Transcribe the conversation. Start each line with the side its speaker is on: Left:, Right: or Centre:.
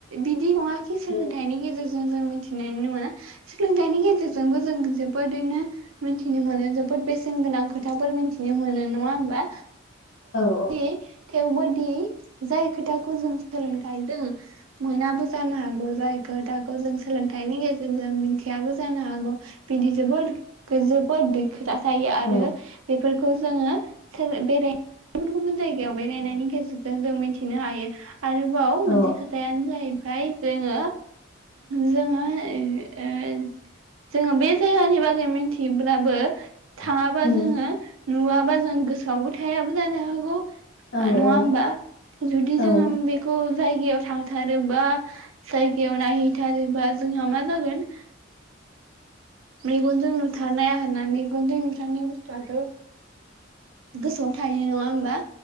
Right: बिदि नङाखि सोलोंथाइनि
Left: उम
Right: गेजेरजों जों मिथिनायनि नङा सोलोंथाइनि गेजेरजोंबो जों जोबोदैनो मिथिनो मोनो जोबोद बेसेन गोनां खोथाफोर मिथिनो मोनो नङा होमबा?
Left: औ
Right: थि थेवबोदि जाय खोथाखौ जों सोलोंथाइजों मोनाबो जानो हागौ जाय खोथाखौ जों सोलोंथाइनि गेजेरजों मिथियाबो जानो हागौ बिदि जोबोद जोबोद खोथा थायो आरो
Left: औ
Right: बेफोरखौ जोङो सोर बेराय गुबुन गुबुन जायगायाव बेरायनायनि गेजेरजों जों मिथिनो हायो। आरोबाव
Left: औ
Right: मोनसे खोथायानो जाहैबाय जोङो जोङो ओ जोङो बे जायगानि बागै मिथिब्लाबो थाङाबा
Left: उम
Right: जोङो नुवा बा जों गोसोआवबो थाया। जानो हागौ।
Left: औ
Right: नंङा
Left: औ
Right: होमबा जुदि
Left: औ
Right: जोंङो बेखौ जायगायाव थांथारोबा जायगायाव नायहैथारोबा जोंहा मा जागोन मेगनजों नुथारनाया आर ना मेगनजों नुथारनाय बुस्थुआथ' गोसोआव थाहायो नंङा होमबा?